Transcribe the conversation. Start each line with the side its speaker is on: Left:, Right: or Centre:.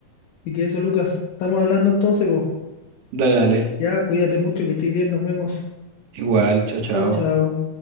Left: Y que eso, Lucas. Estamos hablando entonces, pues.
Right: Dale, dale.
Left: Ya, cuídate mucho, que estés bien, nos vemos.
Right: Igual, chao, chao.
Left: Chao, chao.